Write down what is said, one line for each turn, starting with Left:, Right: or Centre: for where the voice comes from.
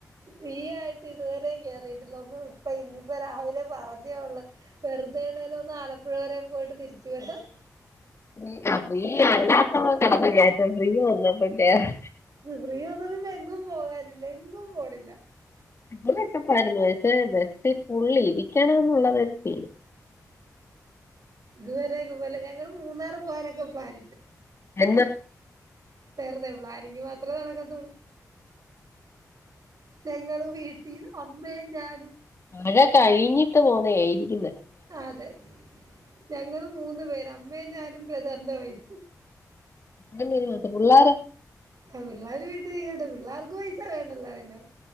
Right: ഫ്രീ ആയിട്ട് ഇതുവരെയും കേറിയിട്ടില്ല ഒന്നും ഇപ്പ ഇന്നിപ്പോ രാവിലെ പറഞ്ഞ് ഞ്ഞേ ഉള്ളു വെറുതേണേലും ഒന്ന് ആലപ്പുഴ വരേം പോയിട്ട് തിരിച്ചു വരാം
Left: ഫ്രീ ഫ്രീ അല്ലാത്തപ്പോ കേറ്ന്നില്ല അപ്പാ ഫ്രീ വന്നപ്പോ കേറാൻ
Right: ഫീ വന്നപ്പം ഇപ്പൊ എങ്ങും പോകാനില്ല എങ്ങും പോണില്ല
Left: ഇവരൊക്കെ പറഞ്ഞു. പക്ഷേ ബസ്സിൽ ഫുൾ ഇരിക്കണം എന്നുള്ളതാ ഒരു ഫീല്
Right: ഇതുവരെക്ക പോല ഞങ്ങള് മൂന്നാറ് പോവാനൊക്കെ പ്ലാനിട്ട്
Left: എന്ന്
Right: വെറ്തെ പ്ലാനിങ് മാത്രമേ നടക്കത്തൊള്ളു ഞങ്ങള് വീട്ടീന്ന് അമ്മയും ഞാനും
Left: മഴ കഴിഞ്ഞിട്ട് പോന്നയാ <unintelligible>
Right: അതെ ഞങ്ങള് മൂന്നു പേര് അമ്മയും ഞാനും ബ്രദറിന്റെ വൈഫും
Left: ഉം <unintelligible> പുള്ളാരൊ?
Right: ആ പിള്ളാര് വീട്ടീ ഇരിക്കട്ടെ പിള്ളേർക്ക് പൈസ വേണ്ടല്ലോ പിന്നെ